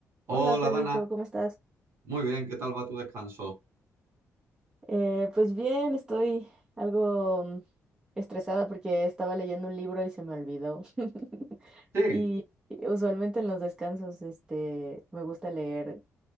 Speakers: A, on the right; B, on the right.
A: Hola
B: Hola Federico,
A: Dana,
B: ¿cómo estás?
A: muy bien, ¿qué tal va tu descanso?
B: Eh, pues bien, estoy algo mm, estresada porque estaba leyendo un libro y se me olvidó. <laughs>
A: Sí,
B: Y usualmente en los descansos, este, me gusta leer,